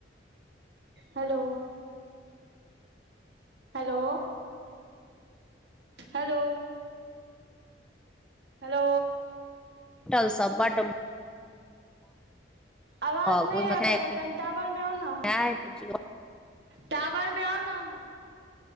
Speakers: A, on the right; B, in the centre.
A: हेलो हेलो हेलो हेलो
B: टल सब बड
A: आवाज
B: ओहिमे
A: नहि आबि
B: खेनाइ
A: रहल अखन टावरमे आउ ने अहाँ
B: पिनाइ बुझियौ
A: टावर में आउ ने अहाँ